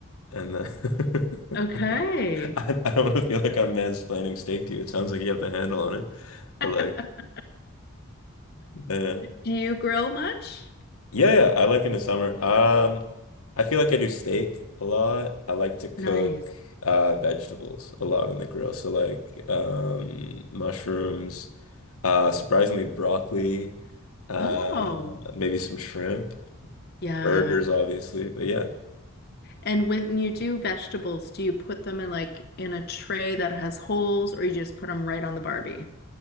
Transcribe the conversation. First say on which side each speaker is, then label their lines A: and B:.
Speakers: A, on the left; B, on the left.
A: and then <laughs>
B: Okay.
A: I, I don't want to feel like I'm mansplaining steak to you. It sounds like you have the handle on it,
B: <laughs>
A: but like, yeah.
B: Do you grill much?
A: Yeah, yeah, I like in the summer. Um, I feel like I do steak a lot. I like to cook
B: Nice.
A: uh vegetables a lot on the grill. So like um mushrooms, uh surprisingly broccoli, uh
B: Oh,
A: maybe some shrimp,
B: yeah.
A: burgers obviously. But yeah.
B: And when you do vegetables, do you put them in like in a tray that has holes or you just put them right on the Barbie?